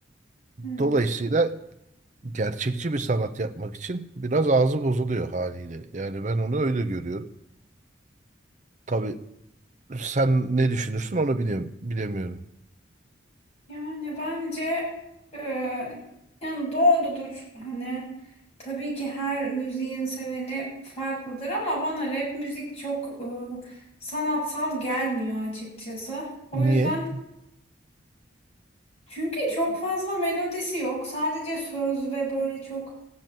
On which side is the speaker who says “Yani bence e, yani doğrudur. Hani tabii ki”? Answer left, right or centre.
Left